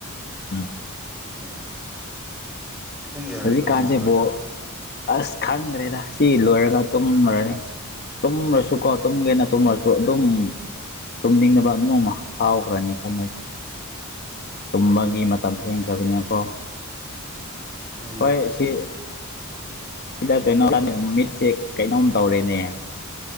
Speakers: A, on the left; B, in the centre.
A: ꯎꯝ
B: ꯎꯝ ꯄꯨꯡ
A: ꯑꯁ
B: ꯀꯌꯥꯗ
A: ꯍꯧꯗꯤꯛ
B: ꯇꯨꯝꯗꯣꯏꯕ
A: ꯀꯥꯟꯖꯦ ꯕꯣꯜ
B: ꯑꯗꯣ
A: ꯑꯁ ꯈꯪꯗ꯭ꯔꯦꯗ ꯁꯤ ꯂꯣꯏꯔꯒ ꯇꯨꯝꯃꯨꯔꯅꯤ ꯇꯨꯝꯃꯁꯨ ꯀꯣ ꯇꯨꯝꯒꯦꯅ ꯇꯨꯝꯃꯁꯨ ꯑꯗꯨꯝ ꯇꯨꯝꯅꯤꯡꯅꯕ <unintelligible> ꯐꯥꯎꯈ꯭ꯔꯅꯤ ꯈꯪꯅꯩ ꯇꯨꯝꯕꯒꯤ
B: ꯎꯝ
A: ꯃꯇꯝ ꯍꯦꯟꯈ꯭ꯔꯕꯤꯅꯦꯀꯣ
B: ꯎꯝ
A: ꯍꯣꯏ ꯁꯤ ꯗ ꯀꯩꯅꯣ ꯃꯤꯠꯁꯦ ꯀꯩꯅꯣꯝ ꯇꯧꯔꯦꯅꯦ